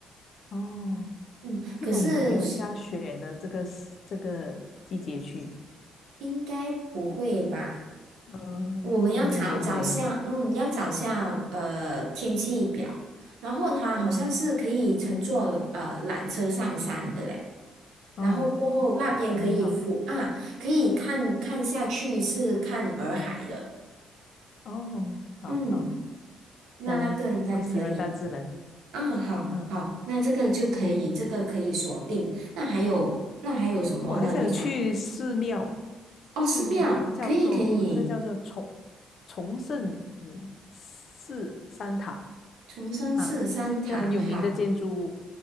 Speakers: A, on the left; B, on the right.
A: 哦，
B: 嗯，
A: 不懂有没有下雪呢？
B: 可是是
A: 这个时这个季节去，
B: 应该不会吧？
A: 嗯，
B: 我们要找找下，
A: 应该年尾啊，
B: 嗯，要找下呃天气表，然后它好像是可以乘坐呃缆车上山的嘞，
A: 嗯，
B: 然后过后那边可以俯啊，
A: 哦，应该很好，
B: 可以看看下去是看洱海的，
A: 哦，好好
B: 嗯，那那个应该可以。
A: 漂亮，我喜欢大自然，
B: 啊，好好，
A: 嗯，
B: 那这个就可以，这个可以锁定。那还有，那还有什么呢？
A: 我还想去寺庙，
B: 你想，哦，
A: 寺庙叫做这个叫做崇
B: 寺庙，可以可以，
A: 崇圣寺三塔。
B: 重生寺三塔，
A: 啊，是一个很有名的建筑物，
B: 好，